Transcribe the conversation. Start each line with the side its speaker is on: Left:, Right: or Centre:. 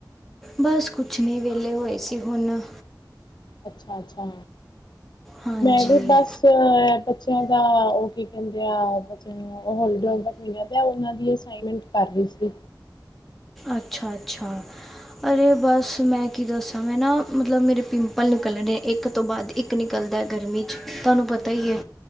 Centre: ਬਸ ਕੁਛ ਨੀ ਵੇਲੇ ਹੋਏ ਸੀ ਹੁਨ।
Left: ਅੱਛਾ-ਅੱਛਾ,
Centre: ਹਾਂਜੀ
Left: ਮੈਂ ਵੀ ਬਸ ਮੈਂ ਬੱਚਿਆਂ ਦਾ, ਉਹ ਕੀ ਕਹਿੰਦੇ ਆ ਬੱਚਿਆਂ ਹਾਲੀਡੇਜ਼ ਵਰਕ ਮਿਲਿਆ ਦੈ, ਉਹਨਾਂ ਦੀ ਅਸਾਂਇਨਮੈਂਟ ਕਰ ਰਹੀ ਸੀ।
Centre: ਅੱਛਾ-ਅੱਛਾ। ਅਰੇ ਬਸ ਮੈਂ ਕੀ ਦੱਸਾਂ ਮੈਂ ਨਾ ਮਤਲਬ ਮੇਰੇ ਪਿੰਪਲ ਨਿਕਲਨ ਡੇ ਇੱਕ ਤੋਂ ਬਾਦ ਇੱਕ ਨਿਕਲਦਾ ਗਰਮੀ 'ਚ, ਤੁਹਾਨੂੰ ਪਤਾ ਹੀ ਏ।